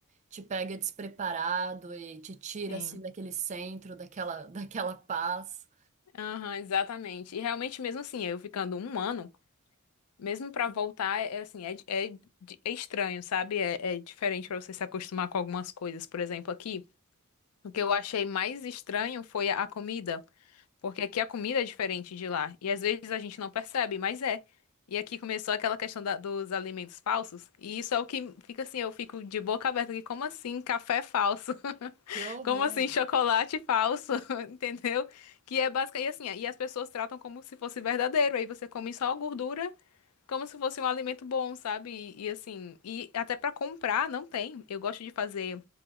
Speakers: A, on the right (about 30°); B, on the left (about 85°).
A: te pega despreparado e te tira
B: Sim.
A: assim daquele centro, daquela, <laughs> daquela paz.
B: Aham, exatamente. E realmente, mesmo assim, eu ficando um ano, mesmo pra voltar, é é assim, é, é, di- é estranho, sabe? É, é diferente pra você se acostumar com algumas coisas. Por exemplo, aqui, o que eu achei mais estranho foi a comida, porque aqui a comida é diferente de lá. E às vezes a gente não percebe, mas é. E aqui começou aquela questão da- dos alimentos falsos, e isso é o que fica assim, eu fico de boca aberta aqui, como assim, café falso?
A: Que horror!
B: Como assim, chocolate falso, <laughs> entendeu? Que é basicamente assim, e as pessoas tratam como se fosse verdadeiro. Aí você come só a gordura, como se fosse um alimento bom, sabe? E, e assim, e até pra comprar não tem. Eu gosto de fazer,